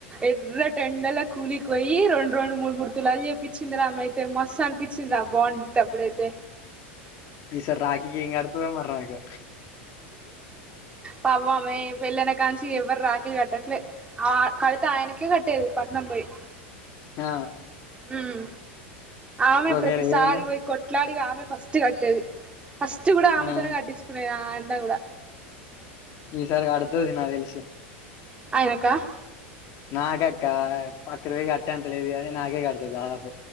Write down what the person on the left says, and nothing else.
ఈ సారి రాఖీ కి ఏం కడతదో మరి నాకు
ఆ
ఇప్పుడు ఒకవేళ
ఏమన్నా
ఆ
ఈసారి కడతది నా తెలిసి
నాక అక్క పక్కడిది కట్టే అంత లేదు గాని నాకే కడతది దాదాపు